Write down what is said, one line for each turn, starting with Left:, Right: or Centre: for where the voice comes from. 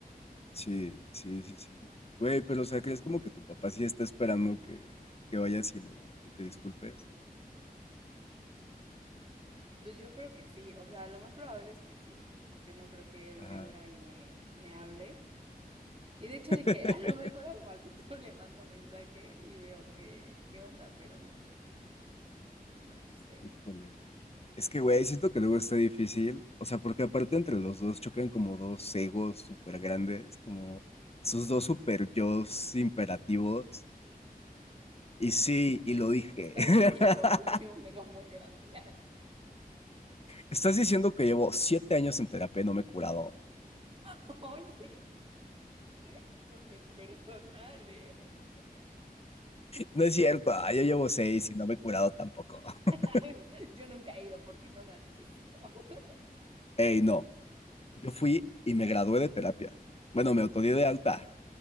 Left: Sí, sí, sí, sí. Güey, pero o sea, ¿crees como que tu papá sí está esperando que, que vayas y lo y te disculpes?
Right: Pues yo creo que sí, o sea, lo más probable es que sí, porque no creo que él
Left: Ajá.
Right: venga y me, me hable. Y de hecho
Left: <laughs>
Right: dije, <laughs> a lo mejor al ratito le mando mensaje y veo que, qué onda, pero no sé, no sé.
Left: Híjole. Es que, güey, siento que luego está difícil. O sea, porque aparte entre los dos chocan como dos egos súper grandes, como sus dos super yos imperativos. Y sí, y lo dije.
Right: Estás
Left: <laughs>
Right: diciendo que tengo un ego muy grande.
Left: Estás diciendo que llevo siete años en terapia y no me he curado.
Right: <laughs> Oye, este, súper personal, ¿eh?
Left: No es cierto, ah, yo llevo seis y no me he curado tampoco.
Right: <laughs>
Left: <laughs>
Right: Yo nunca he ido porque no la necesito. <laughs>
Left: Ey, no, yo fui y me gradué de terapia. Bueno, me autodidacta. de alta.